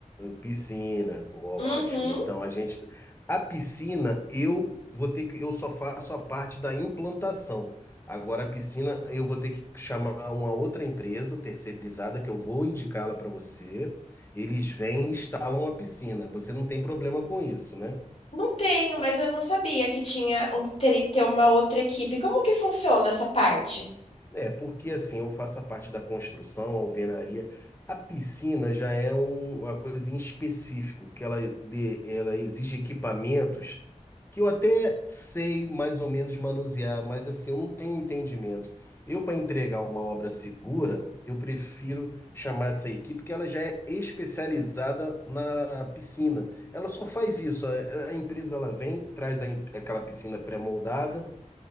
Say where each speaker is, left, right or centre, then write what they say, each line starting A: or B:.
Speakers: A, on the left (about 20°); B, on the left (about 50°).
A: Piscina, ótimo.
B: Uhum.
A: Então a gente, a piscina eu vou ter que, eu só faço a parte da implantação. Agora a piscina eu vou ter que chamar uma outra empresa terceirizada que eu vou indicá-la para você. Eles vêm e instalam a piscina. Você não tem problema com isso, né?
B: Não tenho, mas eu não sabia que tinha um- teria que ter uma outra equipe. Como que funciona essa parte?
A: É, porque assim, eu faço a parte da construção, alvenaria. A piscina já é um- uma coisa em específico, que ela, de- ela exige equipamentos que eu até sei mais ou menos manusear, mas assim, eu não tenho entendimento. Eu, para entregar uma obra segura, eu prefiro chamar essa equipe, que ela já é especializada na piscina. Ela só faz isso. A, a empresa ela vem, traz a em- aquela piscina pré-moldada